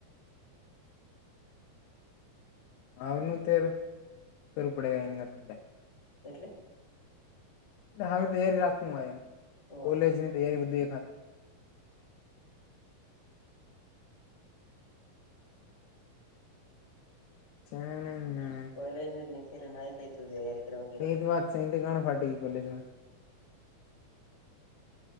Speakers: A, on the left; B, on the left.
A: હનું તો કરું પડે. <unintelligible>
B: એટલે.
A: એ હ તૈયારી રાખું એમ
B: ઓહ
A: કોલેજ ની તૈયારી બધું એક ખાત <inaudible>
B: કોલેજ નથીને <unintelligible> કઈ તું તૈયારી કર.
A: એ તો વાત સહીથી ઘણ ફાટી ગઈ કોલેજમાં.